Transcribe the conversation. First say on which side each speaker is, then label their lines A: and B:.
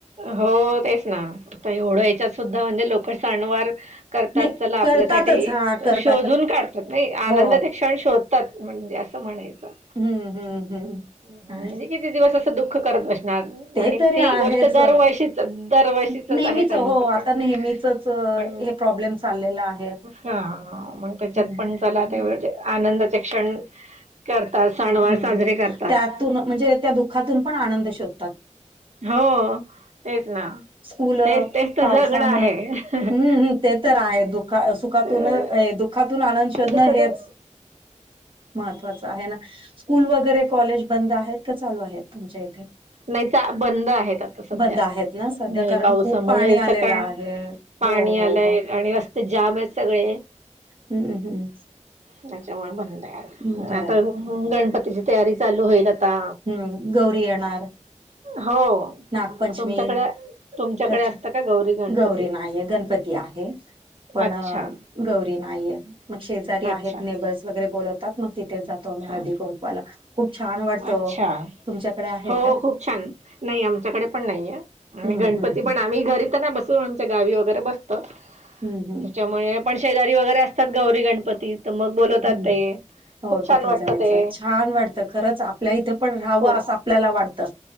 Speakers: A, on the right (about 65°); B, on the right (about 40°).
A: हो तेच ना आता एवढ्या हेच्यात सुद्धा म्हणजे लोकं साणवार करतात
B: नाही
A: चला
B: करतातच
A: आपल्यासाठी
B: हा करतात
A: शोधून काढतात नाही.
B: हो
A: आनंदाचे क्षण शोध तत म्हणजे असं म्हणायचं.
B: हम्म. हम्म. हम्म.
A: हम्म हम्म,
B: आहे.
A: म्हणजे किती दिवस असं दुःख करत बस आणि
B: ते तरी
A: ती
B: आहेच.
A: गोष्ट दरवर्षीच, दरवर्षीचच
B: नेहमीच
A: आहे त्यांच
B: हो
A: पण
B: आता नेहमीचच हे
A: पण
B: प्रॉब्लेम चाललेला आहे.
A: हा, मग त्याच्यातपण
B: हम्म.
A: चला तेवढा ते आनंद प्रत्येक क्षण करतात, सणवार
B: हम्म
A: साजरे कर
B: त्यातून म्हणजे त्या दुःखातूनपण आनंद शोधतात.
A: हो, तेच ना.
B: स्कूल
A: तेच तेच तर
B: पावसामुळे.
A: जगणं आहे अं,
B: हम्म हम्म ते तर आहे दुख. का सुखातून
A: अं,
B: ये दुः दुःखातून आनंद शोधणं
A: दुःख
B: हेच
A: तर
B: महत्वाचं आहे ना. स्कूल वगैरे कॉलेज बंद आहेत का चालू आहेत तुमच्या इथे?
A: नाही तर बंद आहेत आता सध्या.
B: बंद आहेत ना सध्या
A: हे
B: कारण
A: पावसामुळे
B: खूप पाणी आलेलं
A: सकाय
B: आहे.
A: पाणी
B: हो हो
A: आलंय
B: हो
A: आणि रस्ते जाम आहेत सगळे.
B: हम्म हम्म.
A: त्याच्यामुळे बंद हाय.
B: हम्म. बर
A: आता गणपतीची तयारी चालू होईल आता.
B: हम्म, गौरी येणार.
A: हो.
B: नागपंचमी,
A: तुमच्याकडे तुमच्याकडे
B: रक्ष,
A: असतं का गौरी गणपती
B: गौरी नाहीये, गणपती आहे. पण
A: अच्छा
B: गौरी नाहीये, मग शेजारी
A: अच्छा
B: आहेत नेबर्स वगैरे बोलवतात, मग तिथे जात. तो मी हळदी
A: हा
B: कुंकवाला, खूप छान वाटतं
A: अच्छा
B: ओ, तुमच्याकडे आहे
A: हो
B: का?
A: खूप छान, नाही आमच्याकडे पण नाहीये आणि
B: हम्म
A: गणपतीपण
B: हम्म हम्म.
A: आम्ही घरी इथं नाय बस आमच्या गावी वगैरे बसतं
B: हम्म हम्म
A: त्याच्यामुळे पण शेजारी वगैरे असतात गौरी गणपतीत, मग बोलवतात
B: हम्म
A: ते.
B: हो,
A: खूप छान
B: तिथे
A: वाटतं
B: जायचं
A: ते
B: छान वाटतं खरंच आपल्या इथे पण राहावं
A: खूप
B: असं आपल्याला वाटतं.